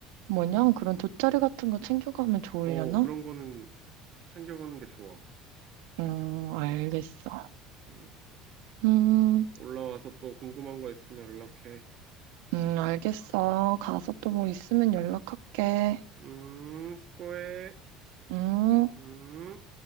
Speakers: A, on the right; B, on the right.
A: 뭐냐? 그런 돗자리 같은 거 챙겨가면 좋으려나?
B: 어, 그런 거는 챙겨가는 게 좋아.
A: 음, 알겠어.
B: 어, 음.
A: 음,
B: 올라와서 또 궁금한 거 있으면 연락해.
A: 음, 알겠어. 가서 또 뭐 있으면 연락할게.
B: 음, 수고해.
A: 음.
B: 음.